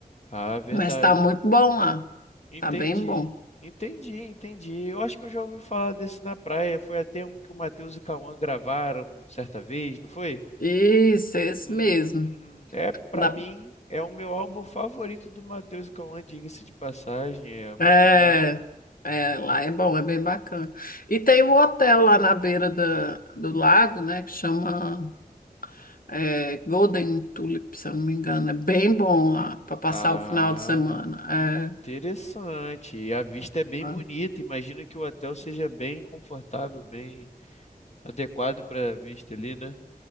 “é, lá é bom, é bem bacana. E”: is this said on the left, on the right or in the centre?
Left